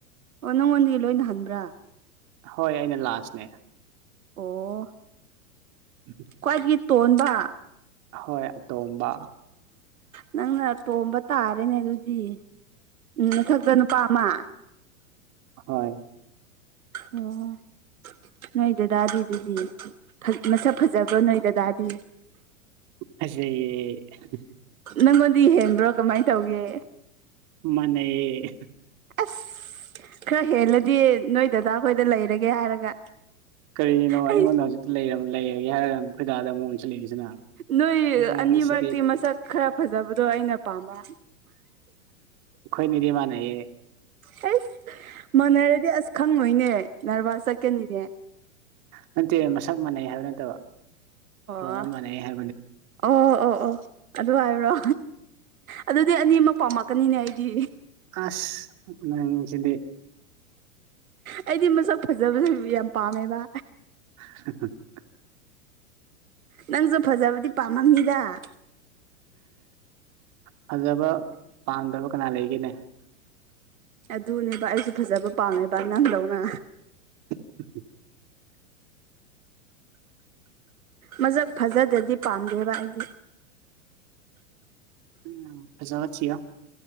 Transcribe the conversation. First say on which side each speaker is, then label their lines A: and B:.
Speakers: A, on the right; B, on the right.
A: ꯑꯣ ꯅꯪꯉꯣꯟꯗꯤ ꯂꯣꯏꯅ ꯍꯟꯕ꯭ꯔꯥ
B: ꯍꯣꯏ ꯑꯩꯅ ꯂꯥꯁꯅꯦ
A: ꯑꯣ
B: <unintelligible>
A: ꯈ꯭ꯋꯥꯏꯒꯤ ꯇꯣꯟꯕ
B: ꯍꯣꯏ ꯑꯇꯣꯝꯕ
A: ꯅꯪꯅ ꯇꯣꯝꯕ ꯇꯥꯔꯦꯅꯦ ꯑꯗꯨꯗꯤ ꯎꯝ ꯃꯊꯛꯇ ꯄꯥꯃ
B: ꯍꯣꯏ
A: ꯑꯣ ꯅꯣꯏꯗꯗꯥꯗꯤ ꯑꯗꯨꯗꯤ ꯃꯁꯛ ꯐꯖꯕ ꯅꯣꯏ ꯗꯗꯥꯗꯤ
B: ꯐꯥꯖꯩꯌꯦ
A: ꯅꯪꯉꯣꯟꯗꯤ ꯌꯦꯡꯕ꯭ꯔꯣ ꯀꯃꯥꯏꯅ ꯇꯧꯒꯦ
B: ꯃꯅꯦꯌꯦ
A: ꯑꯁ ꯈꯔ ꯍꯦꯜꯂꯗꯤ ꯅꯣꯏꯗꯥꯥꯗ ꯉꯥꯈꯣꯏꯗ ꯂꯩꯔꯒꯦ ꯍꯥꯏꯔꯒ
B: ꯀꯔꯤꯅꯣ
A: ꯑꯩ
B: ꯑꯩꯉꯣꯟꯗ ꯍꯧꯖꯤꯛꯇ ꯂꯩꯔ ꯂꯩꯔꯒꯦ ꯍꯥꯏꯔꯒꯅ ꯈꯣꯏꯗꯥꯗ ꯑꯃꯨꯛ <unintelligible>
A: ꯅꯣꯏ
B: ꯅꯪ
A: ꯑꯅꯤ
B: ꯁꯤꯗꯤ
A: ꯃꯔꯛꯇꯤ ꯃꯁꯛ ꯈꯔ ꯐꯖꯕꯗꯣ ꯑꯩꯅ ꯄꯥꯝꯕ
B: ꯑꯩꯣꯏꯅꯤꯗꯤ ꯃꯅꯦꯌꯦ
A: ꯍꯁ ꯃꯥꯟꯅꯔꯗꯤ ꯑꯁ ꯈꯪꯉꯣꯏꯅꯦ ꯅꯔꯕꯥꯁ ꯆꯠꯀꯅꯤꯅꯦ
B: ꯅꯠꯇꯦ ꯃꯁꯛ ꯃꯥꯟꯅꯩ ꯍꯥꯏꯕ ꯅꯠꯇꯕ
A: ꯑꯣ
B: ꯐꯖꯕ ꯃꯥꯟꯅꯩ ꯍꯥꯏ
A: ꯑꯣ ꯑꯣ ꯑꯣ ꯑꯗꯨ ꯍꯥꯏꯕꯔꯣ ꯑꯗꯨꯗꯤ ꯑꯅꯤꯃꯛ ꯄꯥꯎꯝꯃꯛ ꯅꯤꯅꯦ ꯑꯩꯗꯤ
B: ꯑꯁ ꯅꯪꯁꯤꯗꯤ
A: ꯑꯩꯗꯤ ꯃꯁꯛ ꯐꯖꯕꯁꯦ ꯌꯥꯝ ꯄꯥꯝꯃꯦꯕ
B: <unintelligible>
A: ꯅꯪꯁꯨ ꯐꯖꯕꯗꯤ ꯄꯥꯝꯃꯝꯅꯤꯗ
B: ꯐꯖꯕ ꯄꯥꯝꯗꯕ ꯀꯅꯥ ꯂꯩꯒꯦꯅꯦ
A: ꯑꯗꯨꯅꯦꯕ ꯑꯩꯁꯨ ꯐꯖꯕ ꯄꯥꯝꯃꯦꯕ ꯅꯪꯗꯧꯅ
B: <inaudible>
A: ꯃꯁꯛ ꯐꯖꯗꯗꯤ ꯄꯥꯝꯗꯦꯕ ꯑꯩꯗꯤ
B: ꯎꯝ ꯐꯖꯕ ꯊꯤꯌꯣ